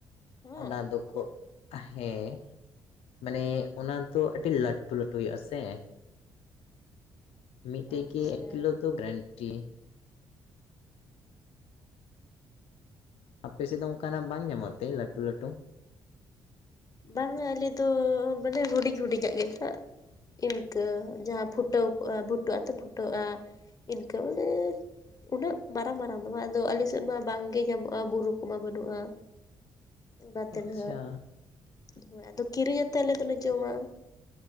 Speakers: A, on the left; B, on the left.
A: ᱦᱚᱸ
B: ᱚᱱᱟ ᱫᱚᱠᱚ ᱦᱮᱸ᱾ ᱢᱟᱱᱮ ᱚᱱᱟ ᱫᱚ ᱟᱹᱰᱤ ᱞᱟᱹᱴᱩ-ᱞᱟᱹᱴᱩ ᱦᱩᱭᱩᱜᱼᱟ ᱥᱮ᱾ ᱢᱤᱫᱴᱮᱡ
A: ᱟᱪᱪᱷᱟ
B: ᱜᱮ ᱮᱠ ᱠᱤᱞᱳ ᱫᱚ ᱜᱨᱮᱱᱴᱤ᱾ ᱟᱯᱮᱥᱮᱫ ᱫᱚ ᱚᱱᱠᱟᱱᱟᱜ ᱵᱟᱝ ᱧᱟᱢᱚᱜ ᱛᱮ
A: ᱚ
B: ᱞᱟᱹᱴᱩ
A: ᱦᱚᱸ
B: ᱞᱟᱹᱴᱩ᱾
A: ᱵᱟᱝᱟ ᱟᱞᱮ ᱫᱚ ᱢᱟᱱᱮ ᱦᱩᱰᱤᱧᱼᱦᱩᱰᱤᱧ ᱟᱜ ᱜᱮ ᱱᱟᱦᱟᱜ᱾ ᱤᱱᱠᱟᱹ ᱡᱟᱦᱟᱸ ᱯᱷᱩᱴᱟᱹᱣ ᱠᱚᱜᱼᱟ ᱵᱷᱩᱴᱟᱹᱜ ᱟᱛᱮ ᱯᱷᱩᱴᱟᱹᱜᱼᱟ ᱤᱱᱠᱟᱹ ᱢᱟᱱᱮ ᱩᱱᱟᱹᱜ ᱢᱟᱨᱟᱝ ᱢᱟᱨᱟᱝ ᱫᱚ ᱵᱟᱝ ᱟᱫᱚ ᱟᱞᱮ ᱥᱮᱫ ᱢᱟ ᱵᱟᱝ ᱜᱮ ᱧᱟᱢᱚᱜᱼᱟ ᱵᱩᱨᱩ ᱠᱚᱢᱟ ᱵᱟᱹᱱᱩᱜ-ᱟ᱾
B: <inaudible>
A: ᱚᱱᱟᱛᱮ
B: ᱟᱪᱪᱷᱟ
A: ᱱᱟᱦᱟᱜ ᱦᱳ ᱟᱫᱚ ᱠᱤᱨᱤᱧ ᱟᱛᱮ ᱟᱞᱮ ᱫᱚᱞᱮ ᱡᱚᱢᱟ᱾